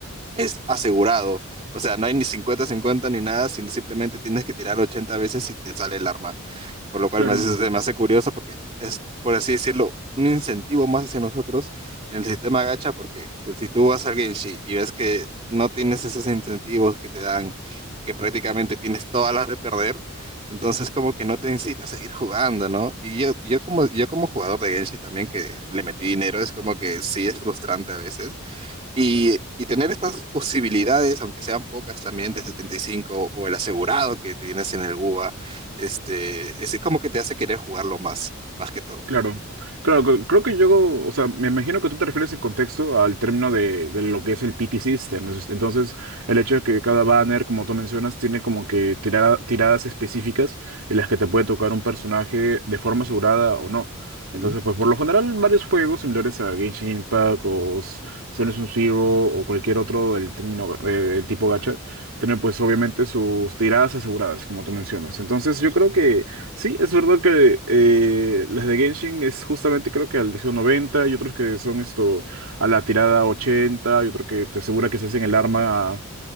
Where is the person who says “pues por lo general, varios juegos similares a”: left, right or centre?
Right